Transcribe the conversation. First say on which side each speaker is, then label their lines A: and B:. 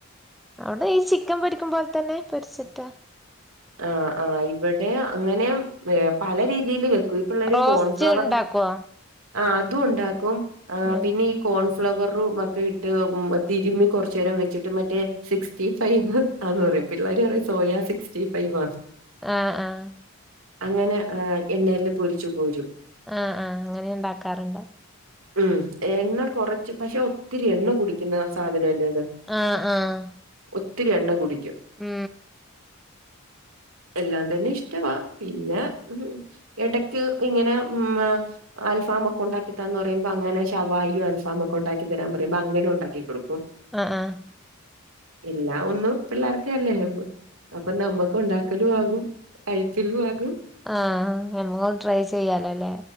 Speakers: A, in the centre; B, on the right.
A: അത്‌ ഈ ചിക്കൻ പൊരിക്കും പോലെ തന്നെ പൊരിച്ചിട്ടാ
B: ആഹ് ആഹ് ഇവിടെ അങ്ങനെ പല രീതിയിയില് <unintelligible>
A: റോസ്റ്റ്
B: കോൺഫ്ലവറ്
A: ഉണ്ടാക്കോ
B: ആ അതും ഉണ്ടാക്കും ആ
A: ആഹ്
B: പിന്നെ ഈ കോൺഫ്ലവറും ഒക്കെ ഇട്ട് തിരുമ്മി കുറച്ചു നേരം വെച്ചിട്ട് മറ്റേ സിക്സ്റ്റി ഫൈവ് ആന്ന് പറയും പിള്ളേര് പറയും സോയാ സിക്സ്റ്റി ഫൈവ് ആന്ന്
A: ആഹ് ആഹ്
B: അങ്ങനെ ആഹ് എണ്ണയിൽ പൊരിച്ചു കോരും
A: ആഹ് ആഹ് അങ്ങനെ ഉണ്ടാക്കാറുണ്ട്
B: ഉം എണ്ണ കുറച്ച് പക്ഷേ ഒത്തിരി എണ്ണ കുടിക്കുന്ന സാധനല്ലേ അത്
A: ആഹ് ആഹ്
B: ഒത്തിരി എണ്ണ കുടിക്കും
A: ഉം
B: എല്ലാം തന്നെ ഇഷ്ടവാ പിന്നെ ഉം എടക്ക് ഇങ്ങനെ ഉം. മ അൽഫാമ് ഒക്കെ ഉണ്ടാക്കിത്താ എന്ന് പറയുമ്പോ അങ്ങനെ ഷവായും അൽഫായൊക്കെ ഉണ്ടാക്കി തരാൻ പറയ്പോ അങ്ങനെ ഉണ്ടാക്കി കൊടുക്കും
A: ആഹ് ആഹ്
B: ഇല്ലാ ഒന്ന് പിള്ളേർക്ക് അല്ലേ അപ്പൊ നമ്മുക്ക് ഉണ്ടാക്കലും ആകും കഴിക്കലും ആകും
A: ആഹ് ഞമ്മക്കൊന്ന് ട്രൈ ചെയ്യാലോല്ലേ